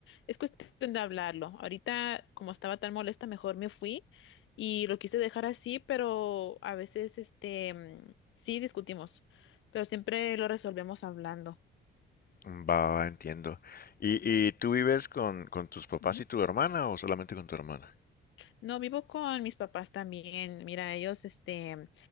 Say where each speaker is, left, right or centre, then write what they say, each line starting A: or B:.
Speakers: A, on the left; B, on the left.
A: es cuestión de hablarlo. Ahorita, como estaba tan molesta, mejor me fui y lo quise dejar así, pero a veces, este, mm, sí discutimos, pero siempre lo resolvemos hablando.
B: Va, va, entiendo. ¿Y, y tú vives con, con tus papás
A: Ujú.
B: y tu hermana o solamente con tu hermana?
A: No, vivo con mis papás también. Mira, ellos, este,